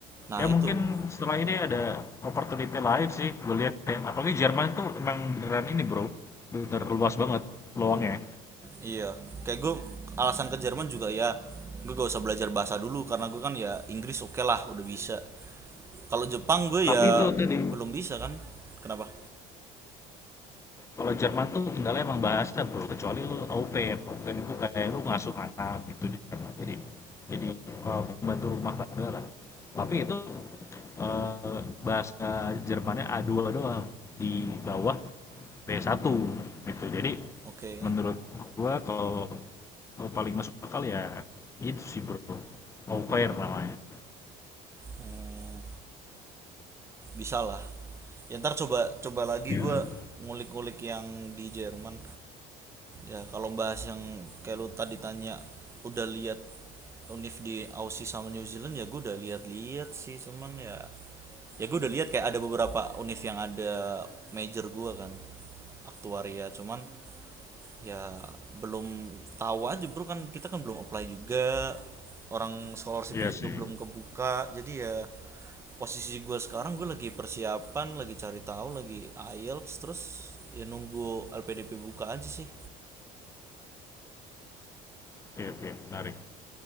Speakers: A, on the right (about 15°); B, on the left (about 15°).
A: nah
B: ya
A: itu
B: mungkin setelah ini ada opportunity lain sih gue lihat ya apalagi Jerman tuh emang beneran ini bro bener luas banget peluangnya
A: iya kayak gue alasan ke Jerman juga ya gue gak usah belajar bahasa dulu karena gue kan ya Inggris oke lah udah bisa kalau Jepang gue
B: tapi
A: ya
B: itu tadi
A: belum bisa kan kenapa
B: kalau Jerman tuh kendala emang bahasa bro kecuali lu au pair Au pair itu kayak lu ngasuh anak gitu di Jerman. jadi jadi uh, pembantu rumah tangga lah tapi itu eh, bahasa Jermannya a dua doang di bawah b satu gitu jadi
A: oke
B: menurut gua kalau kalau paling masuk akal ya itu sih bro au pair namanya
A: Hmm, bisa lah ya ntar coba coba lagi
B: iya
A: gue ngulik-ngulik yang di Jerman ya kalau bahas yang kayak lu tadi tanya udah lihat Unif di Aussie sama New Zealand ya gue udah lihat-lihat sih cuman ya ya gue udah lihat kayak ada beberapa Unif yang ada major gue kan aktuaria cuman ya belum tahu aja bro kan kita kan belum apply juga orang scholarshipnya
B: ya sih
A: juga belum kebuka jadi ya posisi gue sekarang gue lagi persiapan lagi cari tahu lagi IELTS terus ya nunggu LPDP buka aja sih
B: oke oke menarik